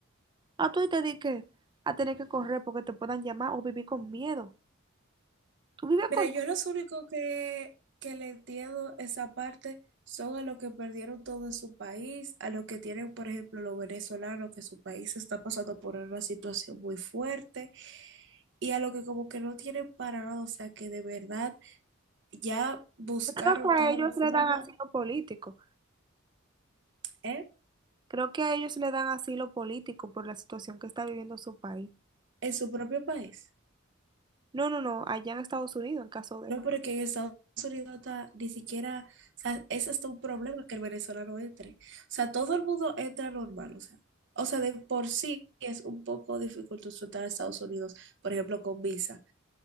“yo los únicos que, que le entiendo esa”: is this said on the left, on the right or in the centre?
Right